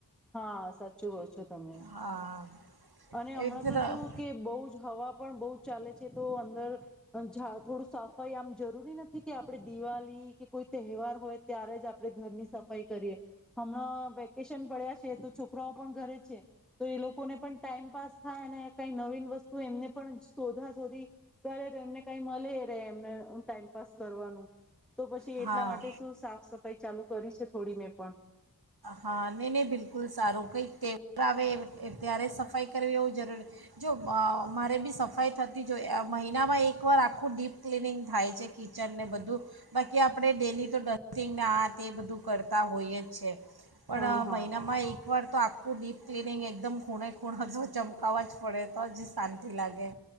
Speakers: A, in the centre; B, on the right.
A: હા, સાચું કહું છું. તમે.
B: હા
A: અને
B: એક
A: હમણાં
B: તરફ
A: તો શું કે બહુજ હવા પણ બહુ ચાલે છે તો અંદર અહ ઝા થોડું સફાઈ આમ જરૂરી નથી કે આપડે દિવાલી કે કોઈ તહેવાર હોય ત્યારે જ આપણે ઘરની સફાઈ કરીએ. હમણાં વેકેશન પડ્યાજ છે તો છોકરાઓ પણ ઘરે છે તો એ લોકોને પણ ટાઈમપાસ થાય અને કઈ નવીન વસ્તુ એમને પણ શોધા શોધી કરે તો એમને કઈ મલે રે એમને અહ ટાઈમપાસ કરવાનું. તો પછી
B: હા
A: એટલા માટે શું સાફ સફાઈ ચાલુ કરી છે થોડી મેં પણ.
B: હા. નહી નહી બિલકુલ સારું કંઈકતેવાર આવે ત્યારે સફાઈ કરવી એવું જરૂરી જો અહ મારે બી સફાઈ થતી જો અહ મહિનામાં એકવાર આખું ડીપ ક્લીનિંગ થાય છે કિચન ને બધું બાકી આપણે ડેલી તો ડટિંગ આ તે બધું કરતા હોય જ છે. પણ
A: હા
B: અહ
A: હા
B: મહિનામાં એક વાર તો આખ ખું ડીપ ક્લિનિંગ એકદમ ખૂણે ખૂણા જો ચમકાાવવા જ પડે તો જી શાંતિ લાગે.